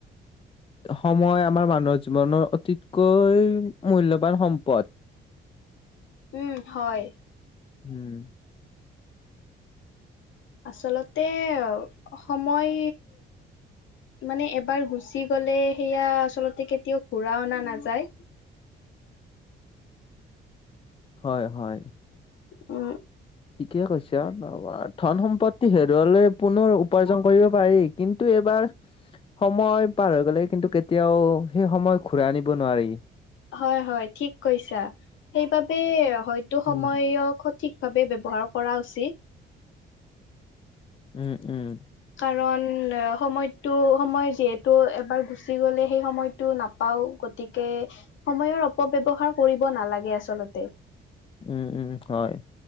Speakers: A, on the left (about 25°); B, on the left (about 75°).
A: সময় আমাৰ মানু্হৰ জীৱনৰ অতিত কৈ মূল্যৱান সম্পদ।
B: উম হয়।
A: উম।
B: আচলতে সময় মানে এবাৰ গুচি গলে সেয়া আচলতে কেতিয়াও ঘূৰা অনা নাযায়।
A: হয় হয়।
B: উম।
A: ঠিকে কৈছা ধন সম্পত্তি হেৰুৱালে পুনৰ উপাৰ্জন কৰিব পাৰি কিন্তু টো এবাৰ সময় পাৰ হৈ গ'লে কিন্তু কেতিয়াও সেই সময় ঘূৰাই আনিব নোৱাৰি।
B: হয় হয় ঠিক কৈছা সেইবাবে হয়তো সময়ক
A: উম
B: ঠিক ভাৱে ব্যৱহাৰ কৰা উচিত।
A: উম উম।
B: কাৰণ সময়টো সময় যিহেতু এবাৰ গুচি গ'লে সেই সময়টো নাপাও গতিকে সময়ৰ অপব্যৱহাৰ কৰিব নালাগে আচলতে।
A: উম, উম, হয়